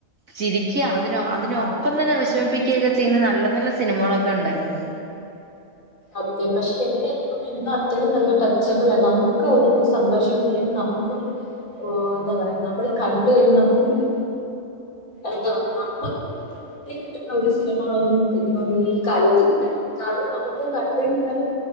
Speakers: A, on the right; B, on the left.
A: ചിരിക്കുക അതിനോ അതിനോ
B: ആ,
A: ഒപ്പം തന്നെ വിഷമിപ്പിക്കുകയ ഒക്കെ ചെയ്യുന്ന നല്ല നല്ല സിനിമകളൊക്കെ ഉണ്ടായിരുന്നു
B: സത്യ പക്ഷെ എായിരിക്കും എന്ന അത്രയും നല്ല ടച്ചബിൾ അല നമുക്ക് ഒരു സന്തോഷം വിലയും ന നമുക്കൊരു എന്താ പറയാ നമ്മൾ കണ്ട കഴിഞ്ഞ നമുക്കൊരു എന്ത നമ്മക്കും കിട്ടുന്ന ഒരു സിനിമകളൊന്നും ഈ കാലുട്ടില കാരണം നമുക്ക് ക്കെ കണ്ട് കഴിഞ്ഞാലും